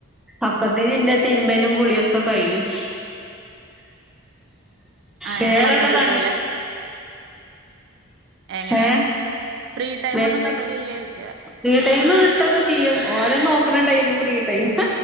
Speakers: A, in the centre; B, on the right.
A: അപ്പത്തിന് എന്റെ തിരുമ്പേലും കുളിയൊക്കെ കഴിയും.
B: ആ
A: വേറെള്ള
B: ഒന്നും കിട്ടൂല.
A: പണികള്
B: എങ്ങനെ
A: ഏഹ്
B: ഫ്രീ ടൈം
A: വേറെ
B: ഒന്നും കിട്ടലില്ലേന്ന് ച്ചോയിച്ച.
A: ഫ്രീ ടൈം കിട്ടുഒക്കെ ചെയ്യും ഓര നോക്കണ ടൈം ഫ്രീ ടൈം.